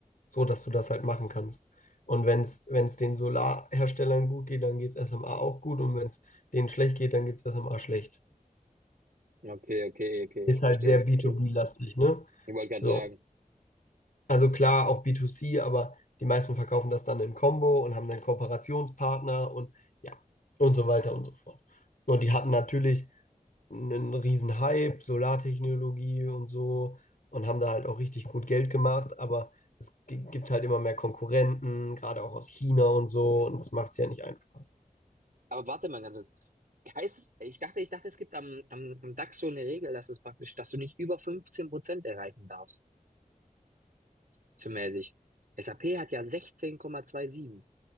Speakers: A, on the left; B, on the right.
A: so dass du das halt machen kannst. Und wenn es wenn es den Solarherstellern gut geht, dann geht es SMA auch gut. Und wenn es denen schlecht geht, dann geht es SMA schlecht.
B: Okay, okay, okay.
A: Ist
B: Ich verstehe,
A: halt sehr
B: ich
A: B2B-lastig,
B: verstehe.
A: ne?
B: Ich wollte gerade
A: So.
B: sagen.
A: Also klar, auch B2C, aber die meisten verkaufen das dann in Combo und haben dann Kooperationspartner und ja, und so weiter und so fort. Und die hatten natürlich einen riesen Hype, Solartechnologie und so und haben da halt auch richtig gut Geld gemacht, aber es gi- gibt halt immer mehr Konkurrenten, gerade auch aus China und so und das macht es ja nicht einfacher.
B: Aber warte mal ganz kurz. Heißt es, ich dachte, ich dachte, es gibt am, am, am DAX so eine Regel, dass es praktisch, dass du nicht über 15 Prozent erreichen darfst. Zumäßig. SAP hat ja 16,27.